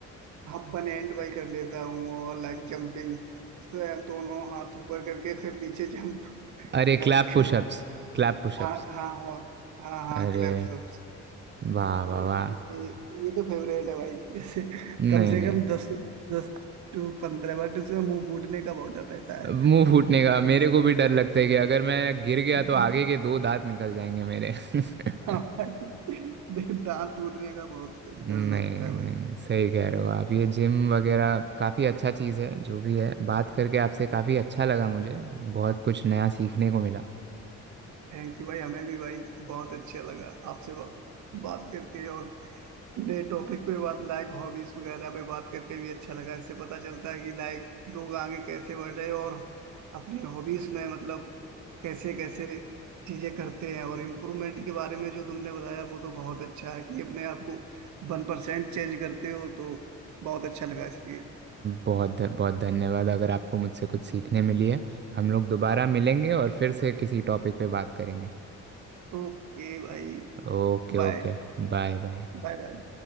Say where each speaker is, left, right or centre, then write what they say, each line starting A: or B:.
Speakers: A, on the right; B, on the right.
A: हाँ वन हैंड बाई कर लेता हूँ और लाइक जंपिंग दोनों हाथ ऊपर करके फिर नीचे जंप
B: अरे
A: लाइक
B: क्लैप पुशअप्स Clap pushups
A: हाँ हाँ और हाँ हाँ
B: अरे
A: क्लैप्स अप
B: वाह
A: तो
B: वाह वाह
A: ये ये तो फेवरेट है भाई <laughs>
B: नहीं
A: कम से
B: नहीं
A: कम दस दस टू पंद्रह बट इसमें मुंह फूटने का बहुत डर रहता है
B: मुंह फूटने का मेरे को भी डर लगता है कि अगर मैं गिर गया
A: <laughs>
B: तो आगे के दो दांत निकल जाएंगे मेरे <laughs>
A: हाँ भाई दांत टूटने का बहुत डर
B: नहीं
A: लगता है
B: नहीं
A: भाई
B: नहीं सही कह रहे हो आप ये जिम वगैरह काफ़ी अच्छा चीज़ है जो भी है बात करके आपसे काफ़ी अच्छा लगा मुझे बहुत कुछ नया सीखने को मिला
A: थैंक यू भाई हमें भी भाई बहुत अच्छा लगा आपसे बा, बात करके और नए टॉपिक पे बात लाइक हॉबीज वगैरह पे बात करके भी अच्छा लगा इससे पता चलता है कि लाइक लोग आगे कैसे बढ़ रहे हैं और अपनी हॉबीज में मतलब कैसे कैसे चीजें करते हैं और इम्प्रूवमेंट के बारे में जो तुमने बताया वो तो बहुत अच्छा है कि अपने आप को वन परसेंट चेंज करते हो तो बहुत अच्छा लगा इसलिए
B: बहुत ध- बहुत धन्यवाद अगर आपको मुझसे कुछ सीखने मिली है हम लोग दोबारा मिलेंगे और फिर से किसी टॉपिक पे बात करेंगे
A: ओके भाई
B: Okay okay
A: बाय
B: Bye bye
A: बाय बाय